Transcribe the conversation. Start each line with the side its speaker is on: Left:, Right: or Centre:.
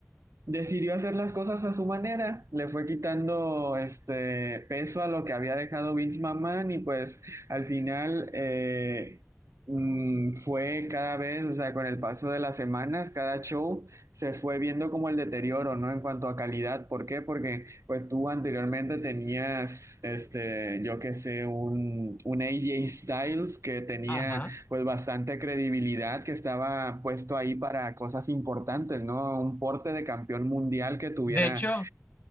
Right: Decidió hacer las cosas a su manera, le fue quitando este peso a lo que había dejado Vince McMahon y pues al final eh, mm, fue cada vez, o sea, con el paso de las semanas, cada show se fue viendo como el deterioro, ¿no? En cuanto a calidad, ¿por qué? Porque pues tú anteriormente tenías, este, yo qué sé, un, un AJ Styles que tenía
Left: Ajá.
Right: pues bastante credibilidad que estaba puesto ahí para cosas importantes, ¿no? Un porte de campeón mundial que tuviera,
Left: De hecho,